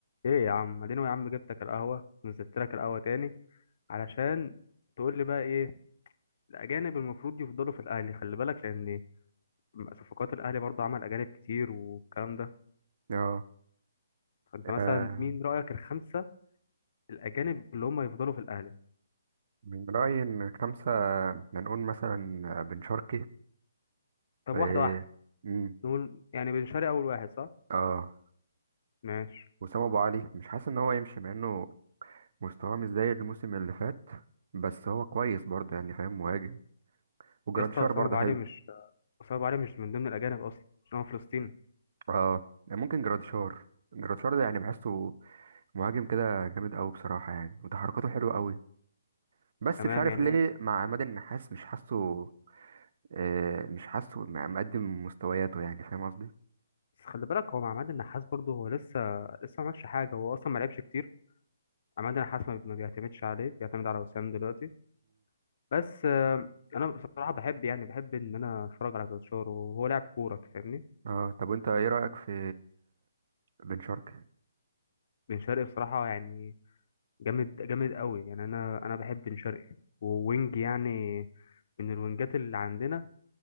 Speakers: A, on the left (about 50°); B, on the right (about 50°).
A: ايه يا عم اديني يا عم جبتك القهوه نزلت لك القهوه تاني علشان تقول لي بقى ايه الاجانب المفروض يفضلوا في الاهلي خلي بالك لان صفقات الاهلي برضو عمل اجانب كتير والكلام ده
B: اه
A: فانت مثلا
B: آه،
A: مين رايك الخمسه الاجانب اللي هم يفضلوا في الاهلي
B: من رأيي إن خمسة هنقول مثلا بن شرقي
A: طب
B: و
A: واحده واحده
B: مم.
A: نقول يعني بن شرقي اول واحد صح
B: اه
A: ماشي
B: وسام أبو علي مش حاسس إن هو يمشي مع إنه مستواه مش زي الموسم اللي فات بس هو كويس برضه يعني فاهم مهاجم وجراديشار
A: يا اسطى اسامه
B: برضه
A: ابو علي
B: حلو
A: مش اسامه ابو علي مش من ضمن الاجانب اصلا عشان هو فلسطيني
B: اه ممكن جراديشار جراديشار ده يعني بحسه مهاجم كده جامد أوي بصراحة يعني وتحركاته حلوة أوي بس
A: تمام
B: مش عارف
A: يعني
B: ليه مع عماد النحاس مش حاسه آه مش حاسه مقدم مستوياته يعني فاهم قصدي؟
A: بس خلي بالك هو مع عماد النحاس برضه هو لسه لسه ما عملش حاجه هو اصلا ما لعبش كتير عماد النحاس ما ما بيعتمدش عليه بيعتمد على وسام دلوقتي بس آه، انا بصراحه بحب يعني بحب ان انا اتفرج على جلشار وهو لاعب كوره فاهمني
B: اه طب وانت ايه رأيك في بن شرقي؟
A: بن شرقي بصراحه يعني جامد جامد قوي يعني انا انا بحب بن شرقي ووينج يعني من الوينجات اللي عندنا